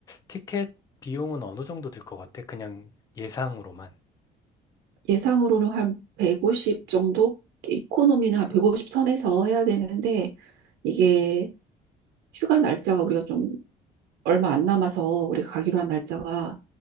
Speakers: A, on the left (about 20°); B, on the right (about 85°).
A: 티켓 비용은 어느 정도 들 것 같아? 그냥 예상으로만.
B: 예상으로는 한 150 정도? 이코노미는 한 150 선에서 해야 되는데, 이게 휴가 날짜가 우리가 좀 얼마 안 남아서 우리가 가기로 한 날짜가